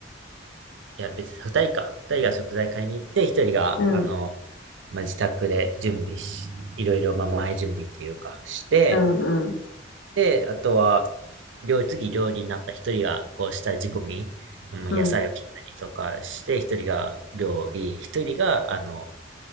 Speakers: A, on the right (about 70°); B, on the left (about 70°).
A: いや、別に二人か。二人が食材買いに行って、一人が、
B: うん、
A: あの、まあ、自宅で準備し、いろいろ、まあ、前準備というか、して、
B: うん、うん、
A: で、あとは、料理、次料理になった一人が、こう、下仕込み、もう野菜を切ったりとかして、
B: うん、
A: 一人が料理、一人が、あの、